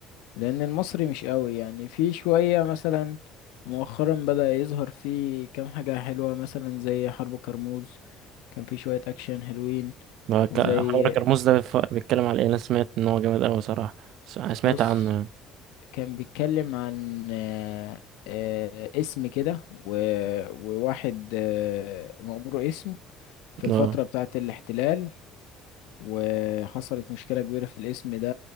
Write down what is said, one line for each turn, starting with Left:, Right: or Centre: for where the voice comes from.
Left: لان المصري مش قوي يعني في شوية مثلا مؤخرا بدأ يظهر فيه كام حاجة حلوة مثلا زي حرب كرموز كان في شوية اكشن حلوين
Right: هو
Left: زي
Right: ك- حوار كرموز ده بيف- بيتكلم على ايه انا سمعت ان هو جامد اوي صراحة س- سمعت
Left: بص
Right: عنه
Left: كان بيتكلم عن آه، آه، اسم كده و- وواحد آه، مأمور اسم في الفترة
Right: اه
Left: بتاعة الاحتلال وحصلت مشكلة كبيرة في الاسم ده